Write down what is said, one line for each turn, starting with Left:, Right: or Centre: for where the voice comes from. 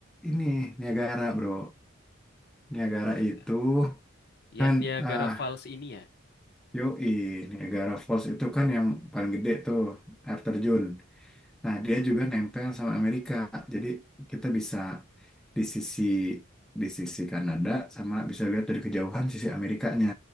Centre: ini Niagara, Bro. Niagara
Left: <laughs> Niaga.
Centre: itu kan
Left: Yang Niagara
Centre: ah
Left: Falls ini ya?
Centre: yoi Niagara Falls itu kan yang paling gede tuh air terjun. Nah, dia juga nempel sama Amerika. Jadi kita bisa di sisi di sisi Kanada sama bisa lihat dari kejauhan sisi Amerikanya.